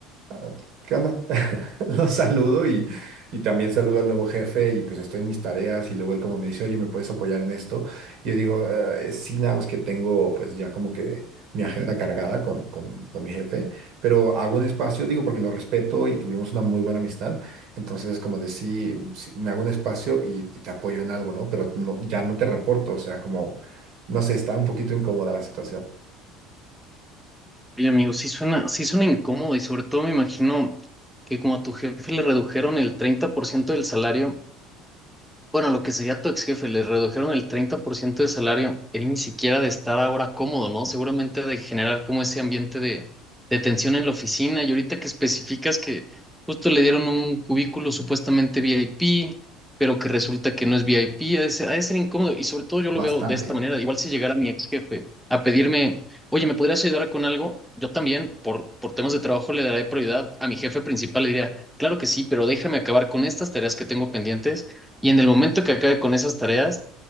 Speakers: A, on the right; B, in the centre.
A: ah, ¿qué onda? <laughs> Lo saludo y, y también saludo al nuevo jefe y pues estoy en mis tareas y luego él como me dice, oye, ¿me puedes apoyar en esto? Y yo digo, "Eh, sí, nada más que tengo pues ya como que mi agenda cargada con, con, con mi jefe, pero hago un espacio, digo, porque lo respeto y tuvimos una muy buena amistad, entonces es como de sí, sí, me hago un espacio y, y te apoyo en algo, ¿no? Pero no, ya no te reporto, o sea, como, no sé, está un poquito incómoda la situación,
B: Oye, amigo, sí suena, sí suena incómodo y sobre todo me imagino que como a tu jefe le redujeron el 30% del salario, bueno, lo que sería tu ex jefe, le redujeron el 30% de salario. Él ni siquiera de estar ahora cómodo, ¿no? Seguramente de generar como ese ambiente de, de tensión en la oficina. Y ahorita que especificas que justo le dieron un cubículo supuestamente VIP, pero que resulta que no es VIP, ha de ser, ha de ser incómodo. Y sobre todo yo
A: bastante.
B: lo veo de esta manera. Igual si llegara mi ex jefe a pedirme, oye, ¿me podrías ayudar con algo? Yo también, por, por temas de trabajo, le daré prioridad a mi jefe principal. Le diría, claro que sí, pero déjame acabar con estas tareas que tengo pendientes y en el momento que acabe con esas tareas,